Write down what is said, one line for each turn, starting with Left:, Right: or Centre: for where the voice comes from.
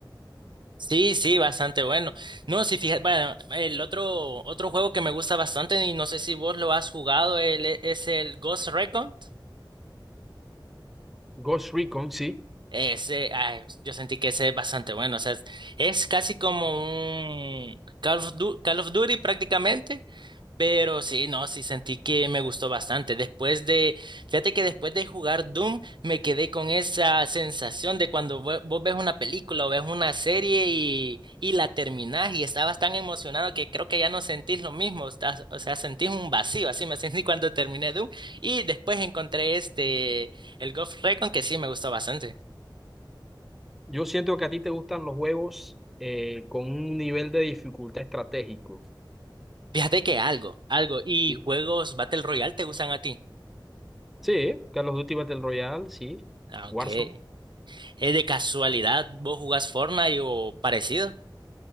Right: Sí, sí, bastante bueno. No, si fijas, bueno, el otro, otro juego que me gusta bastante y no sé si vos lo has jugado, el- es el Ghost Recon.
Centre: Ghost Recon, sí.
Right: Ese, ah, yo sentí que ese es bastante bueno. O sea, es, es casi como un Call of Du- Call of Duty prácticamente. Pero sí, no, sí sentí que me gustó bastante. Después de, fíjate que después de jugar Doom, me quedé con esa sensación de cuando vo- vos, ves una película o ves una serie y, y la terminás y estabas tan emocionado que creo que ya no sentís lo mismo. estás- o sea, sentís un vacío. Así me <laughs> sentí cuando terminé Doom. Y después encontré este, el Ghost Recon, que sí me gustó bastante.
Centre: Yo siento que a ti te gustan los juegos eh, con un nivel de dificultad estratégico.
Right: Fíjate que algo, algo. ¿Y
Centre: Sí,
Right: juegos Battle Royale te gustan a ti?
Centre: Sí, Call of Duty Battle Royale, sí.
Right: Ah, ok.
Centre: Warzone.
Right: ¿Es de casualidad vos jugás Fortnite o parecido?